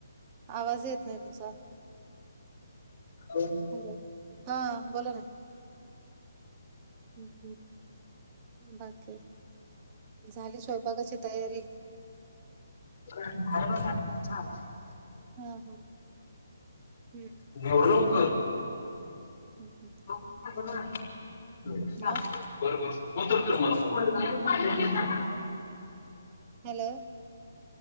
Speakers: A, on the right; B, on the left.
A: आवाज येत नाही तुमचा?
B: हॅलो.
A: हॅलो. हा बोला ना. हम्म- हम्म बाकी. झाली स्वयंपाकाची तयारी.
B: <unintelligible>
A: हं- हं, हे
B: एवढ्या लवकर?
A: ह्म ह्म.
B: अगं माय, <inaudible> साप
A: अ
B: हे. बरं मग, फोन तर कर मला मग.
A: हॅलो.